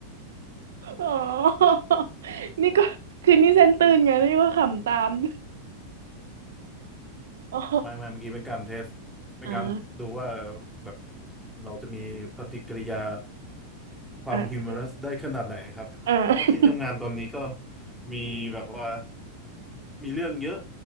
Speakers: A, on the right; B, in the centre.
A: อ๋อ <laughs> นี่ก็คือนี่เซนตื่นไงนี่ก็ขำตาม <laughs> อ๋อ
B: ไม่ไม่เมื่อกี้เป็นการเทสเป็นการดูว่า
A: อ่า
B: แบบเราจะมีปฏิกิริยา ความฮิวมอรัสได้ขนาดไหนครับก็ที่ทำงานตอนนี้ก็
A: อ่าอ่า <laughs>
B: มีแบบว่ามีเรื่องเยอะ